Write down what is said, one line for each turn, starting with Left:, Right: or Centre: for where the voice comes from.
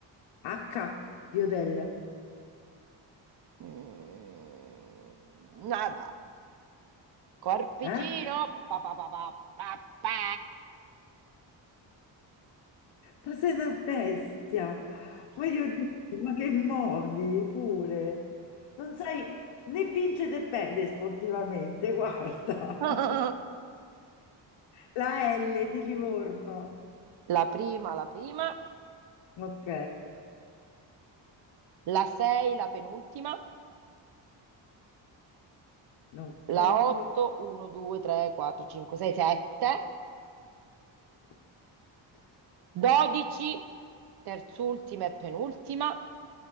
Left: H di Hotel.
Right: Mm, nada. Corpicino.
Left: Eh?
Right: Pa, pa, pa, pa, pa, pa.
Left: Ma sei una bestia! Ma io dico, ma che modi pure! Non sai né vincere né perdere sportivamente, guarda!
Right: <laughs>
Left: <laughs> La L di Livorno.
Right: La prima, la prima.
Left: Ok,
Right: La 6, la penultima.
Left: ok.
Right: La 8, 1, 2, 3, 4, 5, 6, 7.
Left: Due, quattro,
Right: dodici, terz'ultima e penultima